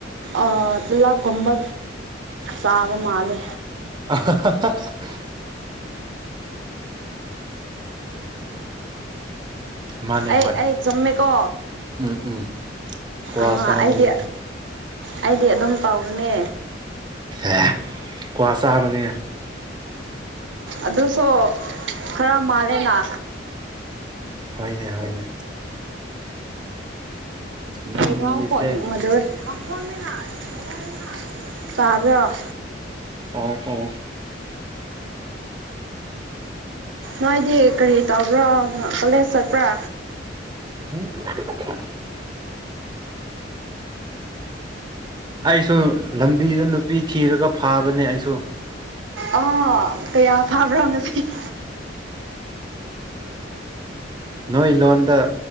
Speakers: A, on the right; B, on the right.
A: ꯑ ꯇꯂꯞꯀꯨꯝꯕ ꯆꯥꯕ ꯃꯥꯂꯦ
B: <unintelligible> ꯃꯥꯅꯦ
A: ꯑꯩ
B: ꯍꯣꯏ
A: ꯑꯩ ꯆꯨꯝꯃꯦꯀꯣ
B: ꯎꯝ ꯎꯝ ꯀ꯭ꯋꯥ
A: ꯑ
B: ꯆꯥꯕꯒꯤꯅꯦ
A: ꯑꯩꯗꯤ ꯑꯩꯗꯤ ꯑꯗꯨꯝ ꯇꯥꯎꯒꯅꯦ
B: ꯑꯦ ꯀ꯭ꯋꯥ ꯆꯥꯕꯅꯤ
A: ꯑꯗꯨꯁꯨ ꯈꯔ ꯃꯥꯜꯂꯦꯅ
B: ꯍꫭꯏꯅꯦ ꯍꫭꯏꯅꯦ
A: ꯕ꯭ꯂꯦꯛꯒ꯭ꯔꯥꯎꯟ
B: ꯅꯪꯒꯤꯁꯦ
A: <unintelligible> <unintelligible> ꯇꯥꯕ꯭ꯔꯣ
B: ꯇꯥꯏ ꯇꯥꯏ
A: ꯅꯣꯏꯗꯤ ꯀꯔꯤ ꯇꯧꯕ꯭ꯔꯣ ꯀꯣꯂꯦꯖ ꯆꯠꯄ꯭ꯔꯥ
B: ꯎꯝ <unintelligible> ꯑꯩꯁꯨ ꯂꯝꯕꯤꯗ ꯅꯨꯄꯤ ꯊꯤꯔꯒ ꯐꯥꯕꯅꯦ ꯑꯩꯁꯨ
A: ꯑꯥ ꯀꯌꯥ ꯐꯥꯕ꯭ꯔꯣ ꯉꯁꯤ <unintelligible>
B: ꯅꯣꯏ ꯂꯣꯟꯗ